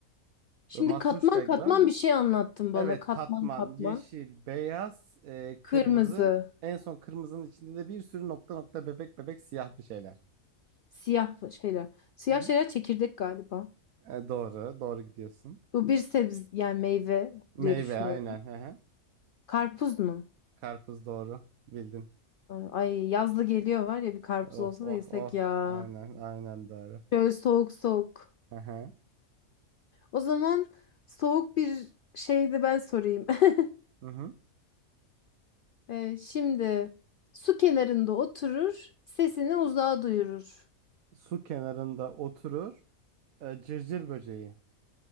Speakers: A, on the left; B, on the right.
A: Şimdi
B: Böyle Matruşka
A: katman katman
B: gibi ama.
A: bir şey anlattın bana.
B: Evet,
A: Katman
B: katman,
A: katman.
B: yeşil, beyaz, e,
A: Kırmızı,
B: kırmızı. En son kırmızının içinde de bir sürü nokta nokta bebek bebek siyah bir şeyler.
A: siyah şeyler. Siyah
B: Hı hı.
A: şeyler çekirdek galiba.
B: E, doğru, doğru gidiyorsun.
A: Bu bir sebze yani meyve
B: Meyve
A: diye düşünüyorum.
B: aynen. Hı hı.
A: Karpuz mu?
B: Karpuz doğru. Bildin.
A: Ay yazlı geliyor var ya bir karpuz olsa
B: Of of
A: da yesek
B: of.
A: ya.
B: Aynen aynen Darı.
A: Şöyle soğuk soğuk.
B: Hı hı.
A: O zaman soğuk bir şey de ben sorayım. <laughs>
B: Hı hı.
A: Ee, şimdi su kenarında oturur, sesini uzağa duyurur.
B: Su kenarında oturur. E, cırcır böceği.